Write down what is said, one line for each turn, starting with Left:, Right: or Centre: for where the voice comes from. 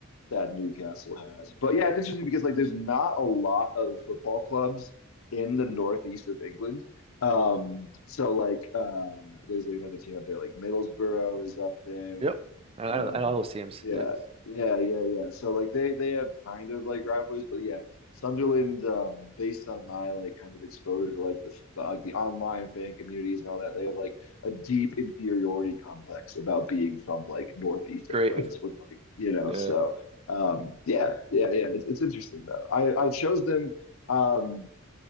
Left: that Newcastle has. But yeah, it's interesting because like there's not a lot of football clubs in the northeast of England. Um, so like uh there's like another team up there, like Middlesbrough is up there.
Right: Yep. I, I
Left: Um
Right: know, I know all those teams.
Left: yeah,
Right: Yeah,
Left: yeah, yeah, yeah. So like they they have kind of like rivalries, but yeah, Sunderland, um, based on my like kind of exposure to like the, the like the online fan communities and all that, they have like a deep inferiority complex about being from like northeast
Right: great.
Left: England with like, you know,
Right: Yeah,
Left: so um, yeah, yeah, yeah. It's, it's interesting though. I, I chose them, um,